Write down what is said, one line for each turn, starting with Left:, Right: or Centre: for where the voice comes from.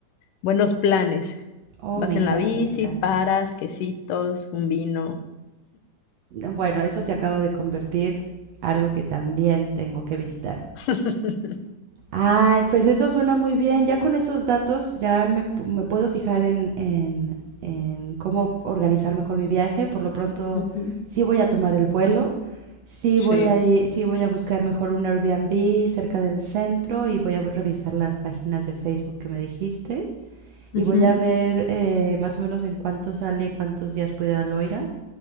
Left: buenos planes.
Right: oh,
Left: Vas
Right: me encanta,
Left: en la bici,
Right: me encanta.
Left: paras, quesitos, un vino.
Right: Bueno, eso se acaba de convertir algo que también tengo que visitar.
Left: <laughs>
Right: Ay, pues eso suena muy bien. Ya con esos datos ya me, pu- me puedo fijar en, en, en cómo organizar mejor mi viaje. Por lo pronto,
Left: Ujú,
Right: sí voy a tomar el vuelo, sí
Left: Sí,
Right: voy a ir- sí voy a buscar mejor un Airbnb cerca del centro y voy a bu- revisar las páginas de Facebook que me dijiste
Left: ujú,
Right: y voy a ver eh, más o menos en cuánto sale, cuántos días puedo ir a Loira.